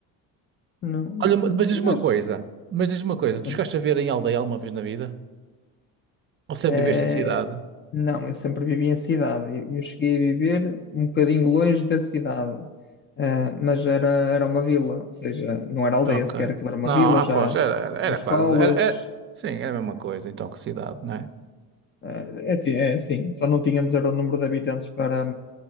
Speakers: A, on the left; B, on the right.
A: Não,
B: Olha, mas diz-me
A: eu
B: uma
A: acho.
B: coisa. Mas diz-me uma coisa.
A: Sim.
B: Tu chegaste a ver em aldeia alguma vez na vida? Ou sempre
A: Eh,
B: viveste em cidade?
A: não, eu sempre vivi em cidade. Eu, eu cheguei a viver um bocadinho longe da cidade, Eh, mas era, era uma vila, ou seja, não era aldeia
B: Ah, Ok.
A: sequer, aquilo era uma
B: Não,
A: vila,
B: ah,
A: já
B: pois, era, era,
A: tinha
B: era
A: escolas.
B: quase. Era, era- sim, era a mesma coisa, então, que cidade, não é?
A: eh, é, ti- é, sim, só não tínhamos era o número de habitantes para,